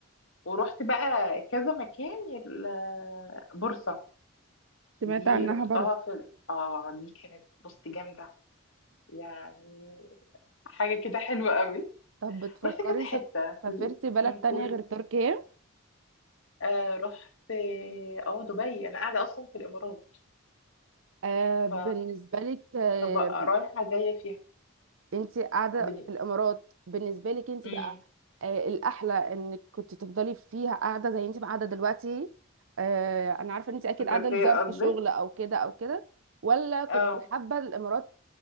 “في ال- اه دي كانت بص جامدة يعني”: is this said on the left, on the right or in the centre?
Left